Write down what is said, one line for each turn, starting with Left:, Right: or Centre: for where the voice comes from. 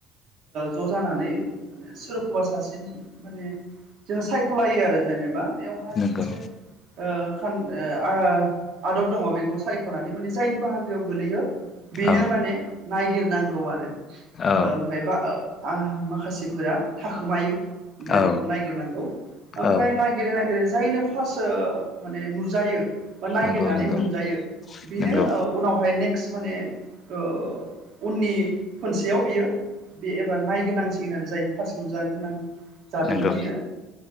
Right: ज जानानै माने सोरखौबा सासेनि माने जोङो सायखलायो आरो जेनेबा बेयावहाय
Left: नंगौ
Right: मोनसे ओ खान ओ आ आदब दङ बेखौ सायखनानै माने जायनि बाहागोआव गोलैयो बेनो
Left: औ
Right: माने नायगिरनां गौ आरो ओ
Left: औ
Right: ओमफाय बा ओ आ माखासेफोरा थाखोमायो ओमफ्राय
Left: औ
Right: बेखौ नायगिरनायआव ओमफ्राय
Left: औ
Right: नायागिरै नायागिरै जायनो फार्स्ट ओ माने नुजायो बा नायागिरनानै
Left: नंगौ नंगौ
Right: मोनजायो बेनो
Left: नंगौ
Right: ओ उनावहाय नेक्स्ट माने ओ उननि खोनसे याव बियो बे एबार नायगिरनांसिगोन आरो जाय फास्ट नुजाग्रोनां जादोंमोन
Left: नंगौ
Right: बेयो